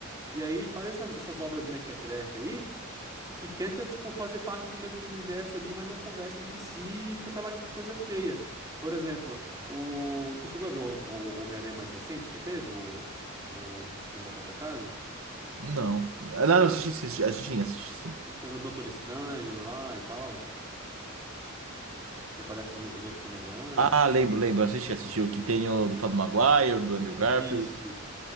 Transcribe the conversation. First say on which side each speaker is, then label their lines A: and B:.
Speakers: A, on the right; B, on the right.
A: E aí faz essas, essas obras mequetrefe aí que tenta, tipo, fazer parte do mesmo universo ali, mas não conversa entre si e fica aquela coisa feia. Por exemplo, o... você chegou a ver o, o Homem-Aranha mais recente que teve? O, o Sem Volta Pra Casa?
B: Não. Ah, Não, não, assisti, assisti, assisti, assisti, sim.
A: Tem o Doutor Estranho lá e tal, que aparece os, os outros Homem-Aranha.
B: Ah, lembro, lembro, assisti, assisti o que tem o do Tobey Maguire, do Andrew Garfield.
A: Isso, isso.